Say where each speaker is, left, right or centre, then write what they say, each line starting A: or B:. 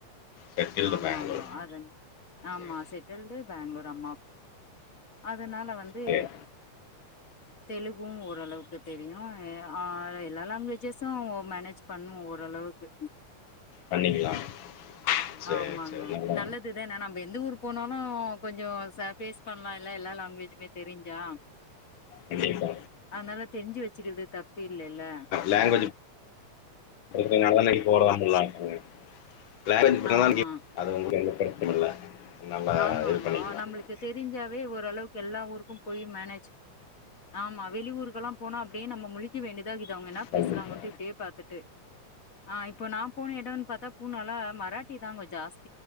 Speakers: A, on the left; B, on the left.
A: செட்டில்டு
B: ஆமாங்க
A: பெங்களூர்.
B: அத ஆமா
A: சரி,
B: செட்டில்டு பேங்ளூர் அம்மா அதனால வந்து
A: சரி.
B: தெலு ஓரளவுக்கு தெரியு ஆ எல்லா லாங்குவேஜஸு மேனேஜ் பண்ணு ஓரளவுக்கு
A: பண்ணிக்கலாம். சரி,
B: ஆமாங்க
A: சரி. நல்லா
B: நல்லதுதான நம்ம எந்த ஊர் போனாலு கொஞ்சோ சர்பேஸ் பண்ணலால்ல எல்லா லாங்குவேஜ் மே தெரிஞ்சா
A: கண்டிப்பா.
B: அதனால தெரிஞ்சு வச்சுக்குறது தப்பு இல்லேல்ல
A: லேங்குவேஜ்ஜு இருக்குறதுனாலடி போறாங்கள்ள லாங்குவேஜ் இப்பதா
B: ஆமா
A: அது உங்களுக்கு எந்த பிரச்சன இல்ல நல்லா
B: ஆமாங்க
A: இது பண்ணிக்கலாம்.
B: நம்மளுக்கு தெரிஞ்சாவே ஓரளவுக்கு எல்லா ஊரு போய் மேனேஜ் ஆமா வெளி ஊருக்கல்லா போன அப்டியே நம்ம முழிக்க வேண்டியது இத இது அவுங்க என்னா
A: கண்டிப்பா.
B: பேசுறாங்கன்ட்டு இப்டியே பாத்துட்டு ஆ இப்போ நா போன எடன் பாத்தா பூனால மராட்டி தா கொஞ் ஜாஸ்தி